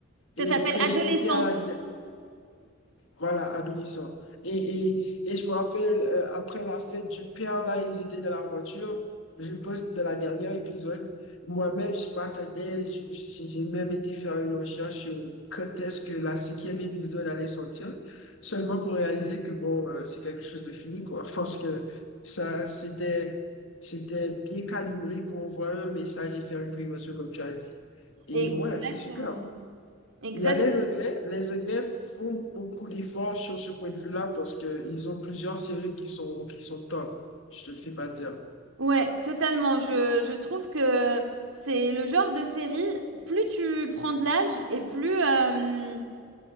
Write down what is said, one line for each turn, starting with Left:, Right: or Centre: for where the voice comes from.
Left: Et
Right: ça s'appelle
Left: que j'ai
Right: Adolescence.
Left: été à la voilà, adolescent. Et, et, et je me rappelle, euh, après la fête du père, là, ils étaient dans la voiture. Je poste de la dernière épisode. Moi-même, je m'attendais, je- je- j'ai même été faire une recherche sur quand est-ce que la cinquième épisode allait sortir, seulement pour réaliser que, bon, euh, c'est quelque chose de fini, quoi. Je pense que ça, c'était, c'était bien calibré pour envoyer un message et faire une prévention, comme tu as dit. Et
Right: Exactement.
Left: ouais, c'est super.
Right: exact
Left: Il y a les Anglais. Les Anglais font beaucoup d'efforts sur ce point de vue-là parce qu'ils ont plusieurs séries qui sont, qui sont top. Je te le fais pas dire.
Right: Ouais, totalement. Je, je trouve que c'est le genre de série, plus tu prends de l'âge et plus euh,